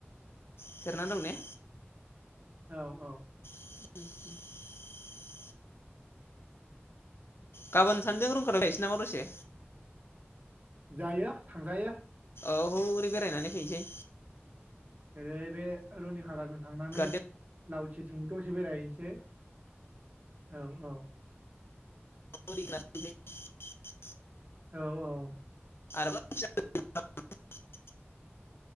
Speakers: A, on the left (about 60°); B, on the right (about 40°).
A: सेरना दं ने
B: औ औ
A: <inaudible> गाबोन सानजों <unintelligible> नामा दसे
B: जायो थांजायो
A: औ हौरै बेरायनानै फैनिसै
B: ओरै बे रुनि खाराजों थांनानै
A: गार्देन
B: लावथि थिं दसे बेरायहैनस औ औ
A: <unintelligible>
B: औ औ
A: <unintelligible>